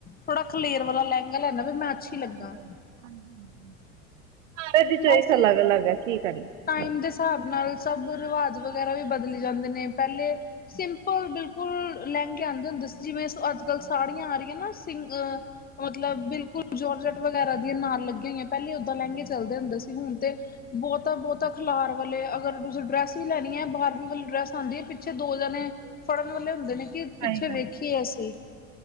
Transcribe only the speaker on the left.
ਥੋੜਾ ਖਲੇਰ ਵਾਲਾ ਲਹਿੰਗਾ ਲੈਣਾ ਵੀ ਮੈਂ ਅੱਛੀ ਲੱਗਾ
ਬਸ
ਟਾਈਮ ਦੇ ਹਿਸਾਬ ਨਾਲ ਸਭ ਰਿਵਾਜ਼ ਵਗੈਰਾ ਵੀ ਬਦਲੀ ਜਾਂਦੇ ਨੇ ਪਹਿਲੇ ਸਿੰਪਲ ਬਿਲਕੁਲ ਲਹਿੰਗੇ ਆਉਂਦੇ ਹੁੰਦੇ ਜਿਵੇਂ ਅੱਜ ਕੱਲ੍ਹ ਸਾੜੀਆਂ ਆ ਰਹੀਆਂ ਨਾ ਪੀਂਘ ਮਤਲਬ ਬਿਲਕੁਲ ਜੋਰਜਟ ਵਗੈਰਾ ਦੀਆਂ ਨਾਲ ਲੱਗਿਆ ਹੋਈਆਂ ਪਹਿਲਾਂ ਓਦਾਂ ਲਹੰਗੇ ਚ ਚੱਲਦੇ ਹੁੰਦੇ ਸੀ ਹੁਣ ਤੇ ਬਹੁਤਾ ਬਹੁਤਾ ਖਿਲਾਰ ਵਾਲੇ ਅਗਰ ਤੁਸੀਂ ਡਰੈਸ ਹੀ ਲੈਣੀ ਹੈ ਬਾਹਰ ਉਹ ਵਾਲੀ ਡਰੈਸ ਆਉਂਦੀ ਹੈ ਪਿੱਛੇ ਦੋ ਜਾਣੇ ਫੜਨ ਵਾਲੇ ਹੁੰਦੇ ਨੇ ਕਿ
ਪਿੱਛੇ
ਵੇਖੀਏ ਅਸੀਂ